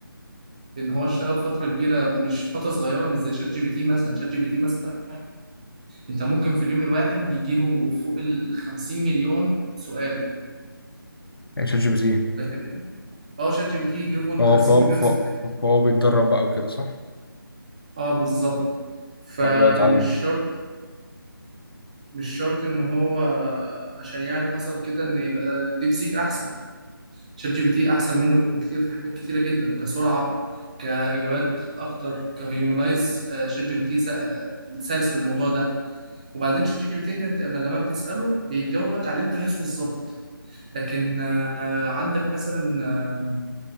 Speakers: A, on the right (about 20°); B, on the left (about 80°).
A: لان هو اشتغل فترة كبيرة مش فترة صغيرة مش زي شات جي بي تي مثلا شات جي بي تي مثلا انت ممكن في اليوم الواحد يجيله فوق ال 50 مليون سؤال
B: يعني تشات جي بي تي
A: فاهمني اه شات جي بي تي يجيله فوق ال
B: فهو
A: 50
B: فهو
A: مليون
B: فهو,
A: سؤال
B: فهو بيتدرب بقى وكده صح
A: اه بالظبط فمش
B: فهو بيقعد يتعلم
A: شرط مش شرط ان هو عشان يعني حصل كده ان يبقى ديب سيك احسن شات جي بي تي احسن منه بكتير في حاجات كتيره جدا كسرعه كاجابات اكتر كهيومنايز آه، شات جي بي تي سا- آه، سلس في الموضوع ده وبعدين شات جي بي تي إن انت لما لما بتساله بيجاوبك على اللي انت عايزه بالظبط لكن آه، عندك مثلا آه،